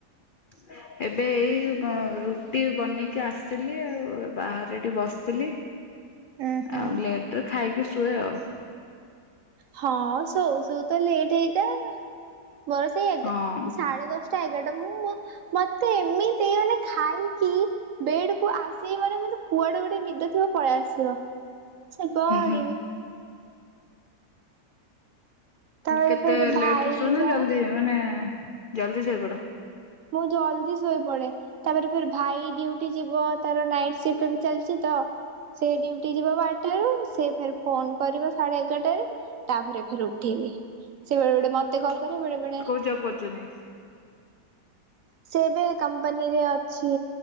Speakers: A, on the left; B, on the right.
A: <unintelligible> ଏବେ ଏଇ ରୁଟି ବନେଇକି ଆସଥିଲି ଆଉ। ବାହାରେ ଏଇଠି ବସିଥିଲି।
B: ଉଁ ହୁଁ
A: ଆଉ ଲେଟେରେ ଖାଇକି ଶୁଏ ଆଉ।
B: ହଁ ଶୋଉ ଶୋଉ ତ ଲେଟ୍ ହେଇଯାଏ ଆଉ, ମୋର ସେଇ ଏଗାର
A: ହଁ
B: ସାଡେ ଦଶ ଟା ଏଗାର ଟା, ମୁଁ ମତେ ଏମିତି ମାନେ ଖାଇକି ବେଡ୍ କୁ ଆସିବି ମାନେ ମତେ କୁଆଡେ ଗୋଟେ ନିଦ ଥିବ ପଳେଇ ଆସିବ। ଶୋଇ ପଡ଼ିବି।
A: ହୁଁ ହୁଁ
B: ତାପରେ
A: କେତେ
B: ଫେରେ
A: ଲେଟେ
B: ଭାଇ
A: ରେ ଶୁଅ ନା
B: ଯାଏ
A: ଜଲଦି ମାନେ ଜଲଦି ଶୋଇ ପଡ଼?
B: ମୁଁ ଜଲ୍ଦି ଶୋଇପଡେ। ତାପରେ ଫେରି ଭାଇ ଡିଉଟି ଯିବ ତାର ନାଇଟ୍ ସିଫ୍ଟ ବି ଚାଲିଚି ତ ସେ ଡୁଉଟି ଯିବ ବାରଟାରୁ ସେ ଫେରି ଫୋନ୍ କରିବ ସାଢେ ଏଗାରଟାରେ। ତାପରେ ଫେରି ଉଠେଇବି ସେ ବେଳେବେଳେ ମତେ କଲ୍ କରିବେ ବେଳେବେଳେ
A: ଜବ୍ କରୁଚନ୍ତି।
B: ସେ ଏବେ କମ୍ପାନୀରେ ଅଛି